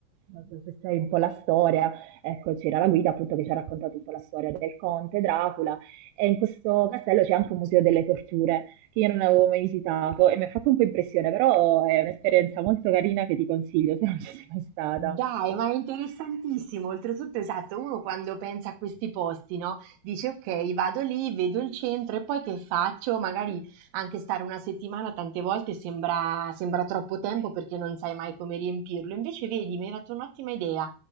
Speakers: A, on the right; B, on the right.
A: Non so se sai un po' la storia, ecco, c'era la guida appunto che ci ha raccontato un po' la storia del conte Dracula e in questo castello c'è anche un museo delle torture che io non avevo mai visitato e mi ha fatto un po' impressione, però è un'esperienza molto carina che ti consiglio se non ci sei mai stata.
B: Dai, ma è interessantissimo. Oltretutto, esatto, uno quando pensa a questi posti, no? Dice, ok, vado lì, vedo il centro e poi che faccio? Magari anche stare una settimana tante volte sembra, sembra troppo tempo perché non sai mai come riempirlo. Invece, vedi, mi hai dato un'ottima idea.